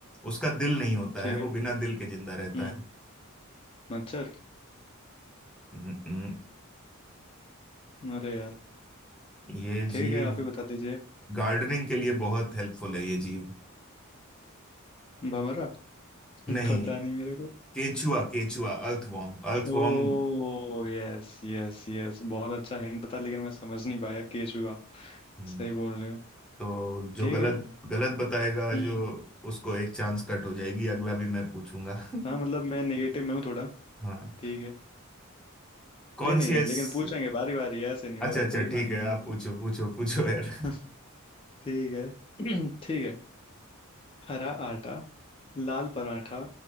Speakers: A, in the centre; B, on the left.
A: उसका दिल नहीं होता
B: ठीक
A: है वो
B: है
A: बिना दिल के जिंदा रहता
B: हम्म
A: है
B: मच्छर
A: हम्म,
B: <laughs> अरे यार
A: ये
B: ठीक
A: जीव
B: है आप ही बता दीजिए
A: गार्डनिंग के लिए बहुत हेल्पफुल है ये जीव
B: भमरा <laughs>
A: नहीं
B: पता नहीं मेरे को
A: केचुआ केचुआ Earthworm earthworm
B: ओ यस यस यस बहुत अच्छा हिंट था लेकिन मैं समझ नहीं पाया केचुआ
A: हम्म,
B: सही बोल रहे हो
A: तो जो
B: ठीक
A: गलत
B: है
A: गलत बताएगा
B: हम्म
A: जो उसको एक चांस कट हो जाएगी अगला भी मैं पूछूंगा <laughs>
B: हाँ मतलब मैं निगेटिव में हूँ थोड़ा
A: हाँ
B: ठीक है
A: कौन
B: नहीं नहीं
A: सी ऐसी
B: लेकिन पूछेंगे बारी बारी ऐसे नहीं
A: अच्छा
B: होगा
A: अच्छा
B: बेईमानी
A: ठीक है
B: नहीं
A: आप
B: होगी
A: पूछो पूछो पूछो यार
B: <laughs> ठीक है <clears throat> ठीक है हरा आटा लाल पराठा